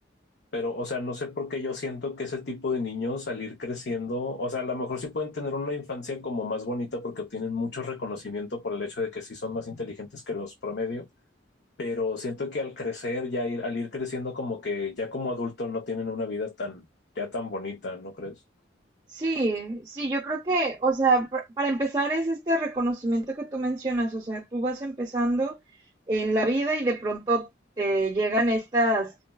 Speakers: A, on the left; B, on the right.
A: Pero, o sea, no sé por qué yo siento que ese tipo de niños al ir creciendo, o sea, a lo mejor sí pueden tener una infancia como más bonita porque obtienen mucho reconocimiento por el hecho de que sí son más inteligentes que los promedio, pero siento que al crecer, ya ir, al ir creciendo como que ya como adulto no tienen una vida tan, ya tan bonita, ¿no crees?
B: Sí, sí, yo creo que, o sea, pa- para empezar es este reconocimiento que tú mencionas, o sea, tú vas empezando en la vida y de pronto te llegan estas,